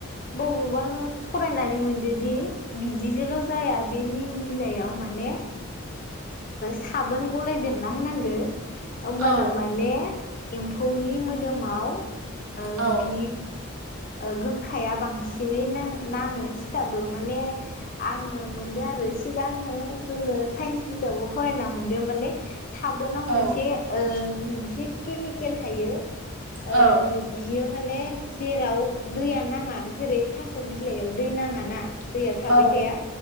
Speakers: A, on the left; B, on the right.
A: बबावबा फरायनानै मोनदोदि बिदिजोंल' जाया बे निम बिलाइयाव माने साबोन ओ गलायदेरना होनांगो होमबाना
B: औ
A: माने एम्फौ हौनि मोदोमाव आ
B: औ
A: बि ओ गोखाया बांसिनै नां नाङो सिथाबो माने आङो मोनदों आरो सिगांङो जोङो साइन्स बिजाबाव फरायना मोनदों माने साबोनाव
B: औ
A: मोनसे ओ मोनसे केमि केल थायो।
B: औ
A: ओ बियो माने जेराव दैया नाङा जेरै थास बिलाइयाव दै नाङा ना दैया थाबाय
B: औ
A: थाया